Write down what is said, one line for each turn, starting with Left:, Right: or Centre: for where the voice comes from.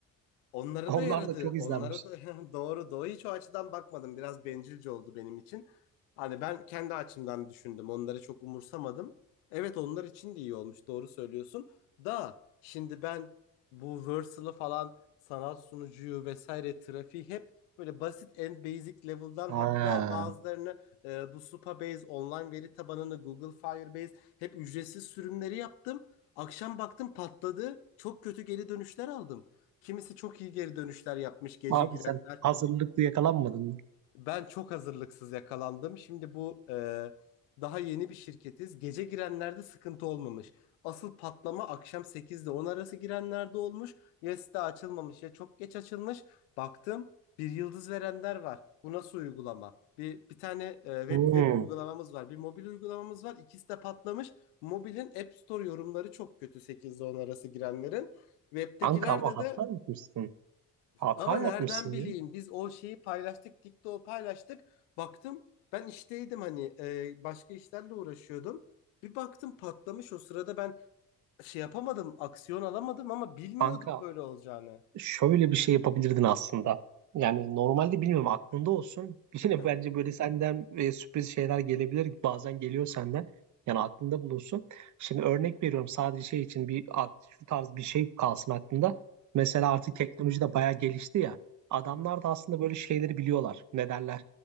Left: Onlara
Right: Onlar
Left: da yaradı.
Right: da çok
Left: Onlara
Right: izlenmiş.
Left: da <laughs> doğru doğru. Hiç o açıdan bakmadım. Biraz bencilce oldu benim için. Hani ben kendi açımdan düşündüm. Onları çok umursamadım. Evet onlar için de iyi olmuş. Doğru söylüyorsun. Da şimdi ben bu Versal'ı falan sanal sunucuyu vesaire trafiği hep böyle basit en basic level'dan
Right: Ha.
Left: hatta bazılarını e, bu Supabase online veri tabanını Google Firebase hep ücretsiz sürümleri yaptım. Akşam baktım patladı. Çok kötü geri dönüşler aldım. Kimisi çok iyi geri dönüşler yapmış gece
Right: Abi
Left: girenler.
Right: sen hazırlıklı yakalanmadın mı?
Left: Ben çok hazırlıksız yakalandım. Şimdi bu e, daha yeni bir şirketiz. Gece girenlerde sıkıntı olmamış. Asıl patlama akşam 8 ile 10 arası girenlerde olmuş. Ya site açılmamış ya çok geç açılmış. Baktım bir yıldız verenler var. Bu nasıl uygulama? Bir, bir tane e, web
Right: Hmm.
Left: web uygulamamız var. Bir mobil uygulamamız var. İkisi de patlamış. Mobilin App Store yorumları çok kötü 8 ile 10 arası girenlerin. Web'tekilerde
Right: Kanka ama hata
Left: de
Right: yapmışsın. Hata
Left: ama
Right: yapmışsın
Left: nereden bileyim
Right: ya.
Left: biz o şeyi paylaştık TikTok'u paylaştık. Baktım ben işteydim hani e, başka işlerle uğraşıyordum. Bir baktım patlamış o sırada ben şey yapamadım aksiyon alamadım ama bilmiyorduk
Right: Kanka
Left: böyle olacağını.
Right: Şöyle bir şey yapabilirdin aslında. Yani normalde bilmiyorum aklında olsun. <laughs> Yine
Left: Hı hı.
Right: bence böyle senden e, sürpriz şeyler gelebilir. Bazen geliyor senden. Yani aklında bulunsun. Şimdi örnek veriyorum sadece şey için bir a- şu tarz bir şey kalsın aklında. Mesela
Left: Hı hı.
Right: artık teknoloji de bayağı gelişti ya. Adamlar
Left: Hı hı. Hı hı.
Right: da aslında böyle şeyleri biliyorlar. Ne derler?